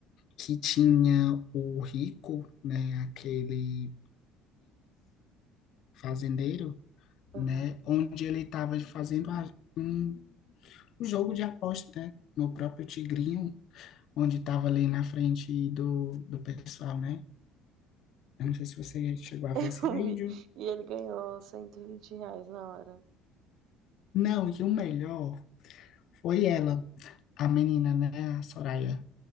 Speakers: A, on the left; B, on the right.
A: que tinha o Rico, né? Aquele ex-fazendeiro,
B: Aham.
A: né? Onde ele tava fazendo a- um jogo de aposta, né? No próprio Tigrinho, onde tava ali na frente do, do pessoal, né? Eu não sei se você chegou a ver
B: <laughs>
A: esse
B: Eu
A: vídeo.
B: vi. E ele ganhou 120 reais na hora.
A: Não, e o melhor foi ela, a menina, né, a Soraya,